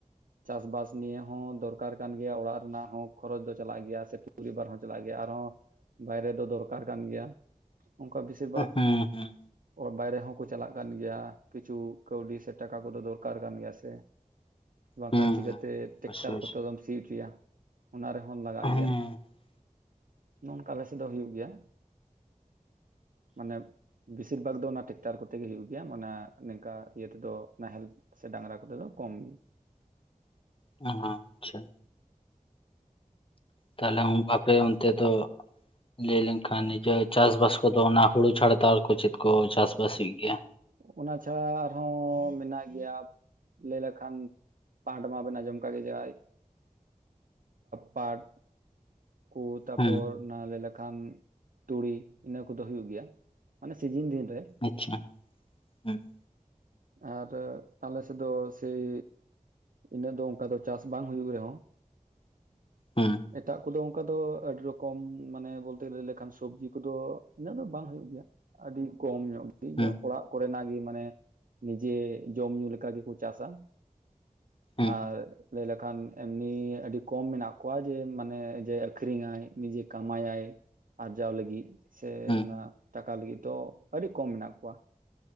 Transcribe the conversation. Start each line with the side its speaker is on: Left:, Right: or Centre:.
Right: ᱪᱟᱥ ᱵᱟᱥ ᱱᱤᱭᱮ ᱦᱚᱸ ᱫᱚᱨᱠᱟᱨ ᱠᱟᱱ ᱜᱮᱭᱟ ᱚᱲᱟᱜ ᱨᱮᱱᱟᱜ ᱦᱚᱸ ᱠᱷᱚᱨᱚᱪ ᱫᱚ ᱪᱟᱞᱟᱜ ᱜᱮᱭᱟ ᱥᱮ ᱯᱚᱨᱤᱵᱟᱨ ᱦᱚᱸ ᱪᱟᱞᱟᱜ ᱜᱮᱭᱟ ᱟᱨᱦᱚᱸ ᱵᱟᱭᱨᱮ ᱫᱚ ᱫᱚᱨᱠᱟᱨ ᱠᱟᱱ ᱜᱮᱭᱟ ᱚᱱᱠᱟ ᱵᱮᱥᱤᱨ ᱵᱷᱟᱜᱽ
Left: ᱦᱮᱸ ᱦᱮᱸ
Right: ᱵᱟᱭᱨᱮ ᱦᱚᱸ ᱠᱚ ᱪᱟᱞᱟᱜ ᱠᱟᱱ ᱜᱮᱭᱟ ᱠᱤᱪᱷᱩ ᱠᱟᱹᱣᱰᱤ ᱥᱮ ᱴᱟᱠᱟ ᱠᱚᱫᱚ ᱫᱚᱨᱠᱟᱨ ᱠᱟᱱ ᱜᱮᱭᱟ ᱥᱮ ᱵᱟᱝᱠᱷᱟᱱ
Left: ᱦᱮᱸ
Right: ᱪᱤᱠᱟᱹᱛᱮ ᱴᱮᱠᱴᱟᱨ
Left: ᱵᱮᱥ ᱵᱮᱥ
Right: ᱠᱚᱛᱮ ᱫᱚᱢ ᱥᱤ ᱦᱚᱪᱚᱭᱟ ᱚᱱᱟ ᱨᱮᱦᱚᱸ ᱞᱟᱜᱟᱜ
Left: ᱦᱮᱸ
Right: ᱜᱮᱭᱟ
Left: ᱟᱪᱪᱷᱟ
Right: ᱱᱚᱼᱝᱠᱟ ᱟᱞᱮᱥᱮ ᱫᱚ ᱦᱩᱭᱩᱜ ᱜᱮᱭᱟ ᱢᱟᱱᱮ ᱵᱮᱥᱤᱨ ᱵᱷᱟᱜᱽ ᱫᱚ ᱚᱱᱟ ᱴᱮᱠᱴᱟᱨ ᱠᱚ ᱛᱮᱜᱮ ᱦᱳᱭᱳᱜ ᱜᱮᱭᱟ ᱢᱟᱱᱮ ᱱᱤᱝᱠᱟ ᱤᱭᱟᱹ ᱛᱮᱫᱚ ᱱᱟᱦᱮᱞ ᱥᱮ ᱰᱟᱝᱨᱟ ᱠᱚᱛᱮ ᱫᱚ ᱠᱚᱢ ᱜᱮ
Left: ᱚ ᱟᱪᱪᱷᱟ ᱛᱟᱦᱚᱞᱮ ᱟᱯᱮ ᱚᱱᱛᱮ ᱫᱚ ᱞᱟᱹᱭ ᱞᱮᱱᱠᱷᱟᱱ ᱱᱤᱡᱮ ᱪᱟᱥ ᱵᱟᱥ ᱠᱚᱫᱚ ᱚᱱᱟ ᱦᱩᱲᱩ ᱪᱷᱟᱲᱟ ᱫᱚ ᱟᱨᱠᱚ ᱪᱮᱫ ᱠᱚ ᱪᱟᱥ ᱵᱟᱥᱤᱜ ᱜᱮᱭᱟ
Right: ᱚᱱᱟ ᱪᱷᱟᱲᱟ ᱟᱨᱦᱚᱸ ᱢᱮᱱᱟᱜ ᱜᱮᱭᱟ ᱞᱟᱹᱭ ᱞᱮᱠᱷᱟᱱ ᱯᱟᱴ ᱢᱟᱵᱮᱱ ᱟᱸᱡᱚᱢ ᱠᱟᱜᱮᱭᱟ ᱯᱟᱴ ᱠᱩ ᱛᱟᱯᱚᱨ
Left: ᱦᱮᱸ
Right: ᱚᱱᱟ ᱞᱟᱹᱭ ᱞᱮᱠᱷᱟᱱ ᱛᱩᱲᱤ ᱤᱱᱟᱹ ᱠᱚᱫᱚ ᱦᱩᱭᱩᱜ ᱜᱮᱭᱟ ᱢᱟᱱᱮ ᱥᱤᱡᱤᱱ ᱫᱤᱱ ᱨᱮ
Left: ᱟᱪᱪᱷᱟ ᱦᱮᱸ
Right: ᱟᱨ ᱟᱞᱮ ᱥᱮᱫ ᱫᱚ ᱥᱮᱭ ᱤᱱᱟᱹᱜ ᱫᱚ ᱚᱱᱠᱟ ᱫᱚ ᱪᱟᱥ ᱵᱟᱝ ᱦᱩᱭᱩᱜ ᱨᱮᱦᱚᱸ
Left: ᱦᱮᱸ
Right: ᱮᱴᱟᱜ ᱠᱩᱫᱚ ᱚᱱᱠᱟ ᱫᱚ ᱟᱹᱰᱤ ᱨᱚᱠᱚᱢ ᱢᱟᱱᱮ ᱵᱚᱞᱛᱮ ᱞᱟᱹᱭ ᱞᱮᱠᱷᱟᱱ ᱥᱚᱵᱽᱡᱤ ᱠᱚᱫᱚ ᱤᱱᱟᱹᱜ ᱫᱚ ᱵᱟᱝ ᱦᱩᱭᱩᱜ ᱜᱮᱭᱟ ᱟᱹᱰᱤ ᱠᱚᱢ ᱧᱚᱜ
Left: ᱦᱩᱸ
Right: ᱜᱮ ᱚᱲᱟᱜ ᱠᱚᱨᱮᱱᱟᱜ ᱜᱮ ᱢᱟᱱᱮ ᱱᱤᱡᱮ ᱡᱚᱢ ᱧᱩ ᱞᱮᱠᱟ ᱜᱮᱠᱚ ᱪᱟᱥᱥᱟᱹ
Left: ᱦᱩᱸ
Right: ᱟᱨ ᱞᱟᱹᱭ ᱞᱮᱠᱷᱟᱱ ᱮᱢᱱᱤ ᱟᱹᱰᱤ ᱠᱚᱢ ᱢᱮᱱᱟᱜ ᱠᱚᱣᱟ ᱡᱮ ᱢᱟᱱᱮ ᱡᱮ ᱟᱹᱷᱨᱤᱧᱟᱭ ᱱᱤᱡᱮ ᱠᱟᱢᱟᱭᱟᱭ ᱟᱨᱡᱟᱣ ᱞᱟᱹᱜᱤᱫ ᱥᱮ
Left: ᱦᱩᱸ
Right: ᱚᱱᱟ ᱴᱟᱠᱟ ᱞᱟᱹᱜᱤᱫ ᱫᱚ ᱟᱹᱰᱤ ᱠᱚᱢ ᱢᱮᱱᱟᱜ ᱠᱚᱣᱟ